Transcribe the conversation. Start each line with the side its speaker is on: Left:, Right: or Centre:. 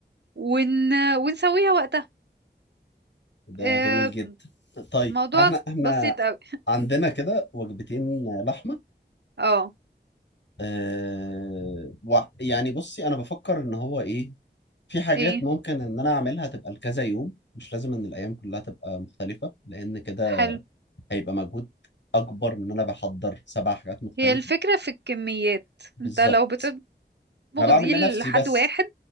Right: ون... ونسويها وقتها
Left: ده
Right: آه،
Left: جميل جدا طيب
Right: موضوع
Left: احنا احنا
Right: بسيط قوي
Left: عندنا كده وجبتين لحمه
Right: اه
Left: أه وع- يعني بصي انا بفكر ان هو ايه في حاجات
Right: ايه
Left: ممكن ان انا اعملها تبقى لكذا يوم مش لازم ان الايام كلها تبقى مختلفة لان كده
Right: حلو
Left: هيبقى مجهود اكبر ان انا بحضر سبع حاجات مختلفة
Right: هي الفكرة في الكميات
Left: بالظبط
Right: انت لو بتطبخ
Left: انا بعمل
Right: دي
Left: لنفسي
Right: لحد
Left: بس
Right: واحد